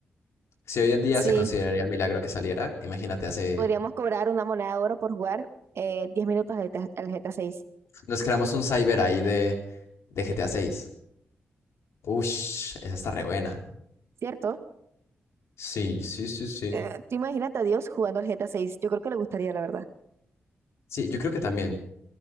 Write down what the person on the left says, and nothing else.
Si hoy en día
se consideraría milagro que saliera, imagínate, hace...
Nos creamos un cyber ahí de, de GTA 6. Ush, esa está re buena.
Sí, sí, sí, sí.
Sí, yo creo que también.